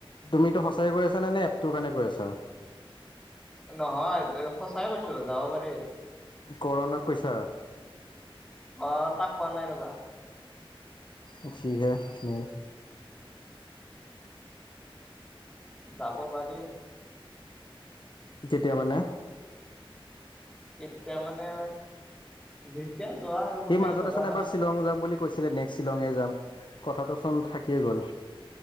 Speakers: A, on the left; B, in the centre.
A: তুমি এইটো সচায় কৈ আছা নে এপটোৰ কাৰণে কৈ‌ আছা
B: নহয় সঁচাই কৈছো যাব পাৰি
A: কৰণক কৈছা
B: অ তাক কোৱা নাই ৰবা
A: অ সিহে মেইন
B: যাব পাৰি
A: কেতিয়া মানে
B: কেতিয়া মানে যেতিয়া যোৱা আৰু
A: সি
B: মানে
A: মাজতে
B: ধৰা
A: চোন এবাৰ শ্বিলং যাম বুলি কৈছিলে নেক্সট শ্বিলঙে যাম কথাটো চোন থাকিয়ে গ'ল